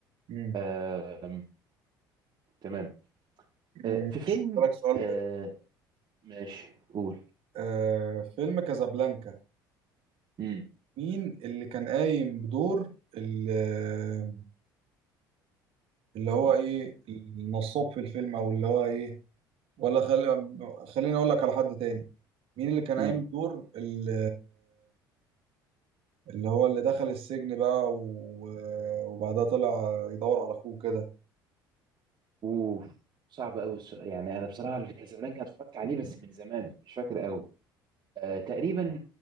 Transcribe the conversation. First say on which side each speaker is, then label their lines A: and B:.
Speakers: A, on the right (about 60°); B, on the right (about 45°).
A: امم
B: آه آم، تمام
A: امم
B: آه في فيلم
A: لك سؤال
B: آه
A: حلو
B: ماشي قول
A: آه فيلم كازابلانكا
B: امم
A: مين اللي كان قايم بدور ال- اللي هو ايه النصاب في الفيلم او اللي هو ايه ولا خلي خليني اقول لك على حد تاني مين اللي كان
B: امم
A: قايم بدور ال- اللي هو اللي دخل السجن بقى و- وبعدها طلع يدور على اخوه كده
B: أوف صعب أوي السؤال يعني أنا بصراحة كازابلانكا اتفرجت عليه بس من زمان فمش فاكر أوي آه تقريبا